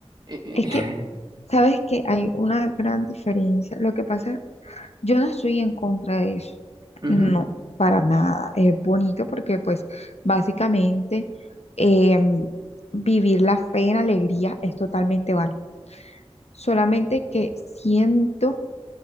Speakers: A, on the right (about 40°); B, on the left (about 70°).
A: Eh,
B: es
A: eh,
B: que, sabes que hay una gran diferencia. Lo que pasa, yo no estoy en contra de eso.
A: <laughs> ujú,
B: No, para nada. Es bonito porque, pues, básicamente, em, vivir la fe en alegría es totalmente válido. Solamente que siento